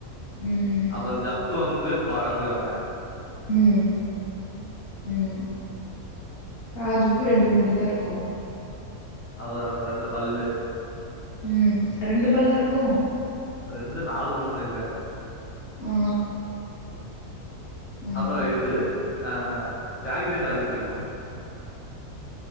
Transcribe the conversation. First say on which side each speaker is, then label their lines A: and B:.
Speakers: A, on the left (about 60°); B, on the left (about 20°).
A: ம்
B: அப்றோ ஜக்கு வந்து குரங்கு அவன்
A: ம் ம் ராஜுக்கு ரெண்டு முடிதா இருக்கு
B: அவரு ரெண்டு பல்லு
A: ம் ரெண்டு பல்லா இருக்கு
B: ரெண்டு நாலு பல்லுனு நெனைக்குறே
A: ஆ ஆமா
B: அப்றோ இது ஆ ஜாகிஜான்ல அது பிடிக்கு